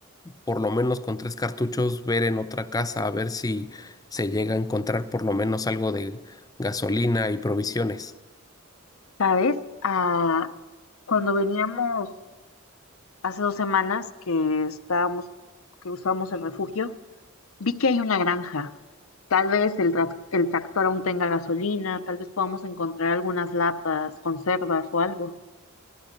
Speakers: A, on the left (about 20°); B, on the left (about 80°).
A: por lo menos con tres cartuchos ver en otra casa a ver si se llega a encontrar por lo menos algo de gasolina y provisiones.
B: ¿Sabes? Ah, cuando veníamos hace dos semanas que estábamos, que usamos el refugio, vi que hay una granja. Tal vez el, tra- el tractor aún tenga gasolina, tal vez podamos encontrar algunas latas, conservas o algo.